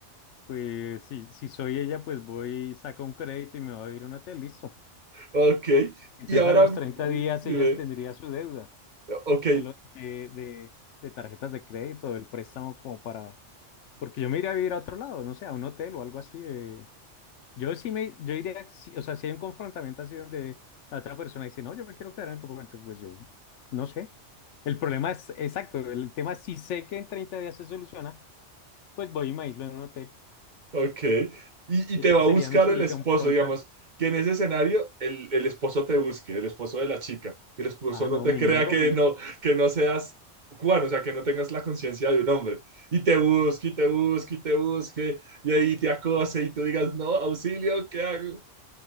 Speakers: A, on the left; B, on the right.
A: pues si, si soy ella, pues voy, saco un crédito y me va a vivir un hotel, listo.
B: ok.
A: Entonces
B: Y ahora,
A: a los 30 días
B: dime,
A: ella tendría su deuda
B: ok.
A: de, lo- de, de, de tarjetas de crédito, del préstamo como para Porque yo me iría a vivir a otro lado, no sé, a un hotel o algo así. eh. Yo sí me, yo iría, sí, o sea, si hay un confrontamiento así donde la otra persona dice, no, yo me quiero quedar en el campamento, entonces, pues yo, no sé. El problema es, exacto, el tema, si sé que en 30 días se soluciona, pues voy y me aíslo en un hotel.
B: Ok. Y, y
A: Esa
B: te va
A: sería
B: a buscar
A: mi solución
B: el esposo,
A: pronta.
B: digamos, que en ese escenario el, el esposo te busque, el esposo de la chica, el esposo
A: Ah, no,
B: no te
A: me
B: crea
A: niego,
B: que
A: me,
B: no, que no seas Juan, o sea, que no tengas la conciencia de un hombre, y te busque, y te busque, y te busque, y ahí te acose, y tú digas, no, auxilio, ¿qué hago?